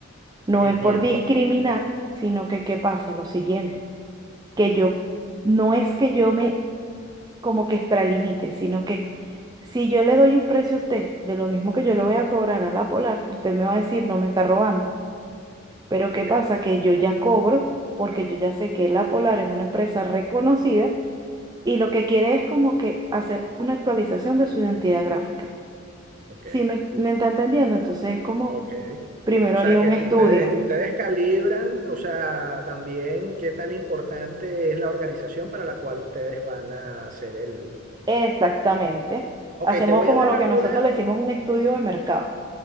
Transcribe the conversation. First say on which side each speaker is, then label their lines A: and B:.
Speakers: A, on the right; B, on the right.
A: No es
B: Entiendo.
A: por discriminar, sino que qué pasa, lo siguiente que yo, no es que yo me como que extralimite, sino que si yo le doy un precio a usted de lo mismo que yo le voy a cobrar a la Polar, usted me va a decir, no me está robando. Pero
B: Ok,
A: ¿qué pasa? Que yo ya cobro porque yo ya sé que la Polar es una empresa reconocida y lo que quiere es como que hacer una actualización de su identidad gráfica.
B: ok,
A: Si me, me está entendiendo? Entonces es como,
B: ok.
A: primero
B: O sea
A: haría
B: que
A: un
B: tú-
A: estudio.
B: ustedes, ustedes calibran, o sea, también qué tan importante es la organización para la cual ustedes van a hacer el...
A: Exactamente.
B: Ok,
A: Hacemos
B: te voy
A: como
B: a dar
A: lo
B: algunas.
A: que nosotros le decimos un estudio de mercado.